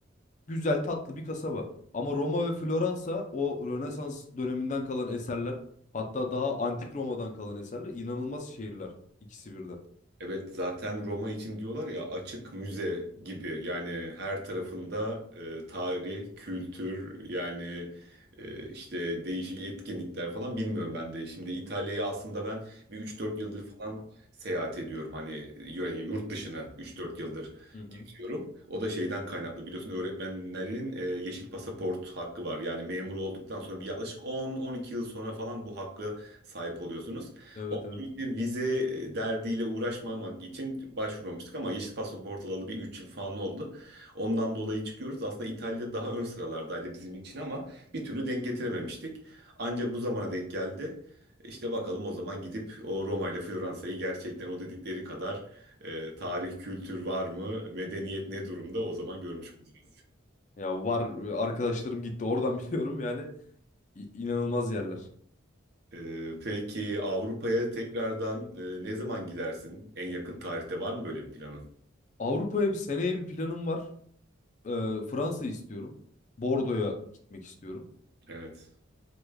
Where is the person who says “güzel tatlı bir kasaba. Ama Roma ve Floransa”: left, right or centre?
Left